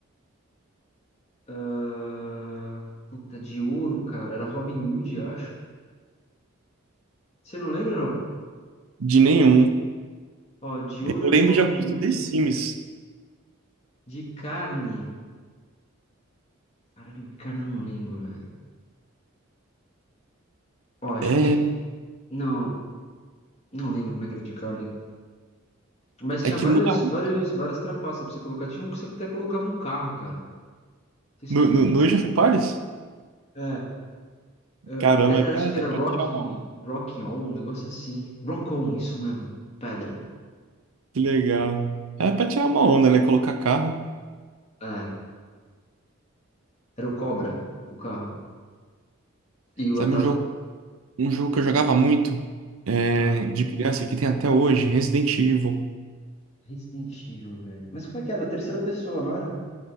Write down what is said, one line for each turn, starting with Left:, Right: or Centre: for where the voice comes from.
Left: ah, puta, de ouro, cara. Era Robin Hood, acho. Você não lembra, não?
Right: De nenhum.
Left: Ó, de
Right: Eu
Left: ouro era
Right: lembro
Left: Robin
Right: de alguns
Left: Hood.
Right: do The Sims.
Left: De carne. Caralho, de carne eu não lembro, velho. Ó, acho
Right: É,
Left: que de. Não, não lembro como é que era de carne. Mas tinha
Right: é que
Left: várias,
Right: muda
Left: várias,
Right: muito.
Left: várias trapaças pra você colocar. Tinha um que você até colocava um carro, cara. Não sei se
Right: No,
Left: tu <laughs>
Right: no,
Left: lembra
Right: no Age
Left: disso.
Right: of Empires?
Left: É, é,
Right: Caramba,
Left: pedra,
Right: é pra,
Left: acho que
Right: é
Left: era
Right: pra
Left: Rock,
Right: tirar uma onda.
Left: Rock On, um negócio assim. Rock On, isso mesmo. Pedra.
Right: Que legal. É pra tirar uma onda, né? Colocar carro.
Left: É, era o Cobra, o carro. E o
Right: Sabe
Left: atrap...
Right: um jogo, um jogo que eu jogava muito é,
Left: Ah,
Right: de criança, que tem até hoje, Resident Evil.
Left: Resident Evil, velho. Mas como é que era? Terceira pessoa, não era?